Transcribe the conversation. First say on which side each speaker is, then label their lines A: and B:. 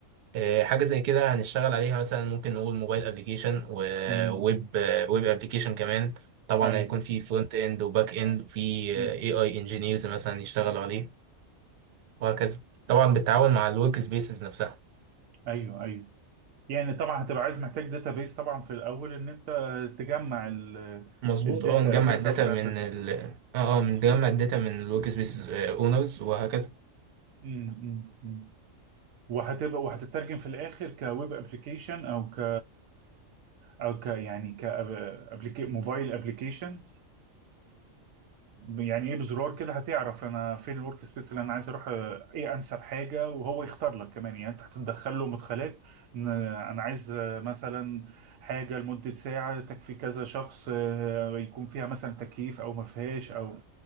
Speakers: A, on the right (about 60°); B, on the right (about 80°).
A: آه، حاجة زي كده هنشتغل عليها مثلا ممكن نقول موبايل ابلكيشن وويب
B: امم
A: ويب ابلكيشن كمان طبعا
B: ايوه
A: هيكون في فرونت اند وباك اند وفي
B: مم.
A: اي اي انجينيرز مثلا يشتغلوا عليه وهكذا طبعا بالتعاون مع الورك سبيسز نفسها
B: ايوه ايوه يعني طبعا هتبقى عايز محتاج داتابيس طبعا في الاول ان انت تجمع ال-
A: مظبوط
B: الداتا
A: اه نجمع
B: اساسا
A: الداتا
B: بتاعت
A: من
B: ال...
A: ال اه آه، نجمع الداتا من الورك سبيس اونرز وهكذا
B: مم. مم. وهتبقى وهتترجم في الاخر كويب ابلكيشن او ك او ك يعني ك أبليك... موبايل ابلكيشن يعني ايه بزرار كده هتعرف انا فين الورك سبيس اللي انا عايز اروح آه، ايه انسب حاجه وهو يختار لك كمان يعني انت هتدخل له مدخلات إن انا عايز آه، مثلا حاجه لمده ساعه تكفي كذا شخص آه، يكون فيها مثلا تكييف او ما فيهاش او